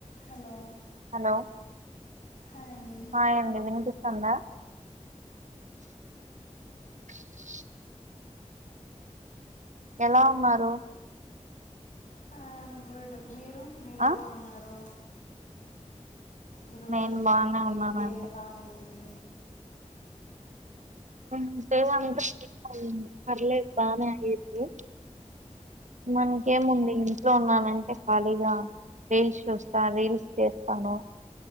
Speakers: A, on the left; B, on the right.
A: Hello
B: hello
A: hi అండి
B: hi అండి వినిపిస్తుందా <unintelligible> ఎలా ఉన్నారు
A: హాయ్ ఐఎమ్ గుడ్ మీరు మీరు
B: ఆ
A: ఎలా ఉన్నారు ఈ రోజు
B: నేను
A: ఎలా
B: బానే
A: ఉంది
B: ఉన్నానండి
A: డే ఎలా అయిం ది
B: <unintelligible> పర్లేదు బానే అయ్యింది మన్కేముంది ఇంట్లో ఉన్నానంటే ఖాళీగా రీల్స్ చూస్తా రీల్స్ చేస్తాను